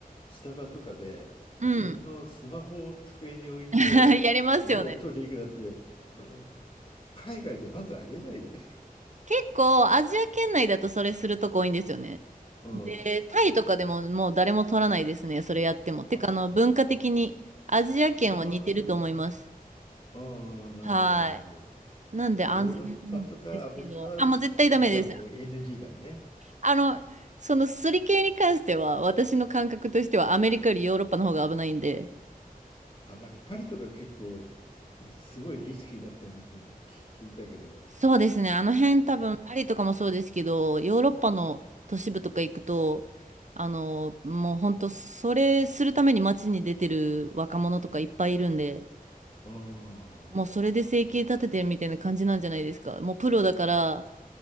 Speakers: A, on the left; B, on the right.
A: スタバとかで自分のスマホを机に置いて物を取りに行くなんて、
B: うん。<laughs> やりますよね。
A: まあ、海外じゃまずありえないよね。
B: 結構、アジア圏内だとそれするとこ多いんですよね。
A: うー
B: で、タイとかでももう誰も取らないですね、
A: ん。
B: それやっても。てか、
A: あ、
B: あの、文化的にアジア圏は似てると思います。
A: まあ、ああなるほど、
B: は
A: なるほど。
B: い。なんで安全
A: ヨーロッパとかアメリカはやってはもう
B: ですけど、あ、もう絶対ダメです。
A: NG だよね。
B: あの、そのすり系に関しては、私の感覚としてはアメリカよりヨーロッパの方が危ないんで、
A: うんあ、なんかパリとか結構すごいリスキーだったような話を聞聞いたけど。
B: そうですね。あの辺多分パリとかもそうですけど、
A: うん。
B: ヨーロッパの都市部とか行くと、あの、もう本当それするために街に出てる若者とかいっぱいいるんで、
A: あ
B: もうそれで生計立ててるみたいな感じなんじゃないですか。もうプロだから、
A: あ、ああ